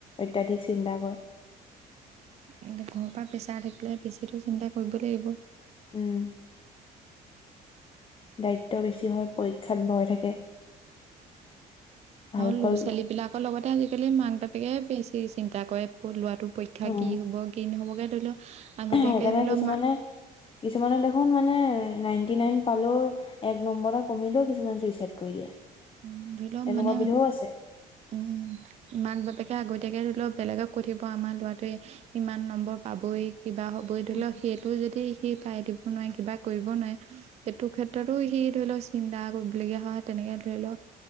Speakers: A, on the left; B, on the right.
A: অত্যাধিক চিন্তা কৰে।
B: উম, ঘৰৰ পৰা প্ৰেছাৰ থাকিলে বেছিটো চিন্তা কৰিবই লাগিব।
A: উম। দায়িত্ব বেছি হয়, পৰীক্ষাত ভয় থাকে। ভাল
B: আৰু
A: ফল
B: ল'ৰা ছোৱালী বিলাকৰ লগতে আজিকালি মাক বাপেকেহে বেছি চিন্তা কৰে পঢ়োৱাটোক- পৰীক্ষা
A: উম
B: কি হ'ব, কি নহ'বগে! ধৰি লওঁক আগতীয়াকৈ
A: সেইকাৰণে
B: ধৰি লওঁক
A: কিছুমানে
B: মা-
A: কিছুমানে দেখোন মানে নাইণ্টি নাইন পালেওঁ- এক নম্বৰ এটা কমিলেও কিছুমানে চুইচাইদ কৰি দিয়ে।
B: উম, ধৰি লওঁক
A: তেনেকুৱা
B: মানে-
A: বিধও আছে
B: উম, মাক বাপেকে আগতীয়াকে ধৰি লওঁক বেলেগক কৈ থাকিব আমাৰ ল'ৰাটোৱে- ইমান নম্বৰ পাবই। কিবা হ'বই। ধৰি
A: উম
B: লওঁক সেইটো যদি সি পাই দিব নোৱাৰে, কিবা কৰিব নোৱাৰে- সেইটো ক্ষেত্ৰতো সি ধৰি লওঁক- চিন্তা কৰিবলগীয়া হয়। তেনেকে ধৰি লওঁক